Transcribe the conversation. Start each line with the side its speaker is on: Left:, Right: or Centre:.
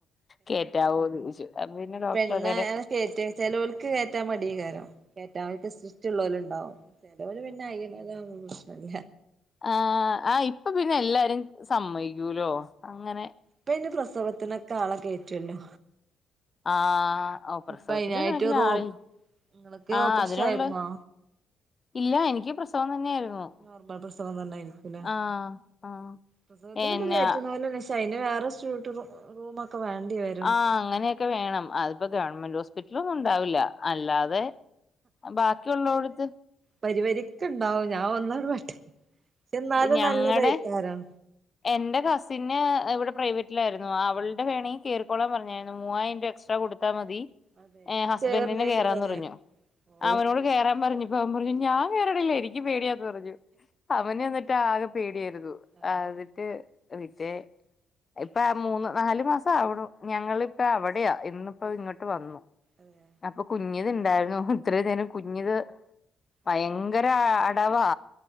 Left: കേറ്റാവോന്ന് ചോദിച്ചു അപ്പപ്പിന്നെ ഡോക്ടർ
Right: പെണ്ണെ
Left: അന്നേരം
Right: കേറ്റ ചെലവർക്ക് കേറ്റാൻ മടിയിങ്ങാനോ <unintelligible> ചെലവര് പിന്നെ <unintelligible> പ്രശ്നല്ല
Left: ആഹ ആ ഇപ്പപ്പിന്നെ എല്ലാരും സമ്മയിക്കൂലോ അങ്ങനെ <inaudible>
Right: ഇപ്പ അയ്ന് പ്രസവത്തിനൊക്കെ ആളെ കേറ്റുവല്ലോ
Left: ആഹാ ഓ പ്രസവത്തിനൊര്
Right: ഇപ്പ അയ്നായിട്ട്
Left: കണക്കിന്
Right: റൂം
Left: ആളിൽ
Right: ഇങ്ങൾക്ക്
Left: ആഹ
Right: ഓപ്പറേഷൻ
Left: അതിനുള്ള
Right: ആയിരുന്നോ
Left: ഇല്ല എനിക്ക് പ്രസവം തന്നെയായിരുന്നു
Right: നോർമൽ പ്രസവം തന്നെയായിരിക്കുവല്ലേ
Left: ആഹ് ആഹ്
Right: പ്രസവത്തിന്
Left: എന്നാ
Right: <unintelligible> <unintelligible> റൂമ് വേണ്ടി വരും
Left: ആഹ അങ്ങനക്കെ വേണം അതിപ്പ ഗവൺമെൻറ് ഹോസ് <unintelligible> ഒന്നുണ്ടാവൂല്ല അല്ലാതെ ബാക്കിയുള്ളോടുത്ത്
Right: പരിവരിക്കയിണ്ടാവും ഞാനൊന്നാ വെട്ടി എന്നാലും
Left: ഞങ്ങടെ
Right: നല്ലതായിക്കാരം
Left: എന്റെ കസിന് ഇവിടെ പ്രൈവറ്റിലായിരുന്നു അവളുടെ വേണങ്കി കേറിക്കോളാൻ പറഞ്ഞായിരുന്നു മൂവായിരം രൂപ എക്സ്ട്രാ കൊടു ത്താ മതി
Right: അതെ
Left: ഹസ്ബൻറിന്
Right: കേറ്ണേന്ല്ലേ
Left: കേറാന്ന് പറഞ്ഞു
Right: ഓ
Left: അവനോട് കേറാൻ പറഞ്ഞപ്പോൾ അവൻ പറഞ്ഞു ഞാൻ കേറണില്ല എനിക്ക് പേടിയാന്ന് പറഞ്ഞു അവനെന്നിട്ട് ആകെ പേടിയായിരുന്നു
Right: അതെ
Left: ഏ ആഹ് പിന്നെ ഇപ്പ മൂന്ന് നാലു മാസാവണു ഞങ്ങളിപ്പ അവിടെയാ ഇന്നിപ്പോ ഇങ്ങോട്ട് വന്നു
Right: അതെ
Left: അപ്പൊ കുഞ്ഞിത് ഇണ്ടായിരുന്നു ഇത്ര നേരം കുഞ്ഞത് ഭയങ്കര
Right: അതെ
Left: അടവാ